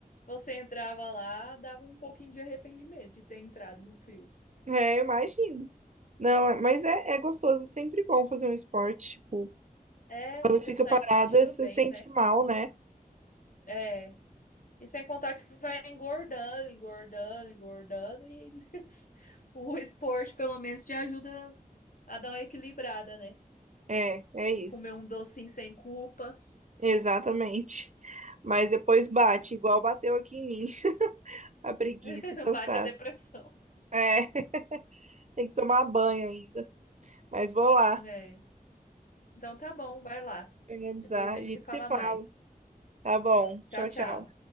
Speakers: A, on the left; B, on the right.
A: você entrava lá, dava um pouquinho de arrependimento de ter entrado no frio.
B: É, eu imagino. Não, é- mas é, é gostoso, é sempre bom fazer um esporte. Tipo,
A: É,
B: quando
A: você
B: fica
A: sai
B: parada,
A: se sentindo
B: você
A: bem,
B: sente
A: né?
B: mal, né?
A: É, E sem contar que vai engordando, engordando, engordando, e <laughs> o esporte, pelo menos, te ajuda a dar uma equilibrada, né?
B: É, é isso.
A: Comer um docinho sem culpa,
B: Exatamente. Mas depois bate, igual bateu aqui em mim, <laughs> a preguiça,
A: <laughs>
B: o cansaço.
A: bate a depressão.
B: É, <laughs> tem que tomar banho ainda. Mas vou lá.
A: É. Então tá bom, vai lá.
B: organizar.
A: Depois a gente
B: A gente
A: se fala
B: se fala.
A: mais.
B: Tá bom. Tchau,
A: Tchau,
B: tchau.
A: tchau.